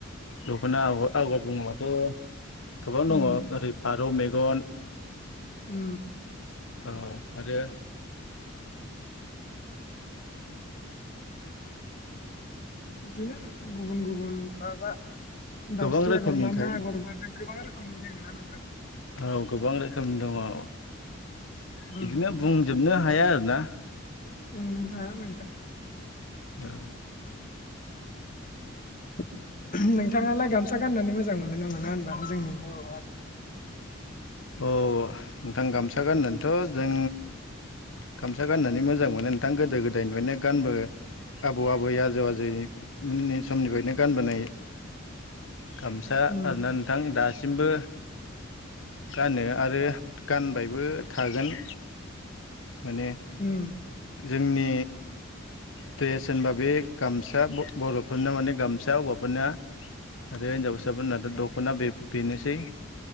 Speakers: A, on the left; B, on the left.
A: दख'ना आ आबाद बुङोबाथ' गोबां दङ
B: उम
A: ओरै फारौ मेगन
B: उ।
A: औ आरो
B: बिदिनो गुबुन गुबुन माबा
A: गोबां
B: दाउस्रि
A: रोखोमनि
B: आगर मा
A: थायो
B: मा आगर मा गोबां रोखोमनि दोङ ना नोंथां?
A: औ गोबां रोखोम दङ औ बिदिनो
B: उम
A: बुंजोबनो हाया आरो ना।
B: उ हाया नोंथा।
A: आ।
B: <inaudible> नोंथाङालाय गामसा गाननानै मोजां मोनो ना मोना होनबा जोंनि बर' हारिनि?
A: औ नोंथां गामसा गाननानैथ' जों गामसा गाननानै मोजां मोनो नोंथां गोदो गोदायनिफ्रायनो गानबो आबौ आबै आजौ आजैमोननि समनिफ्रायनो गानबोनाय गामसा
B: उम
A: आरोना नोंथां दासिमबो गानो आरो गानबायबो थागोन माने
B: उम
A: जोंनि ट्रेस होनबा बे गामसा बर'फोरना माने गामसा हौवाफोरना आरो हिनजाविसाफोरनाथ' दख'ना बेब बेनोसै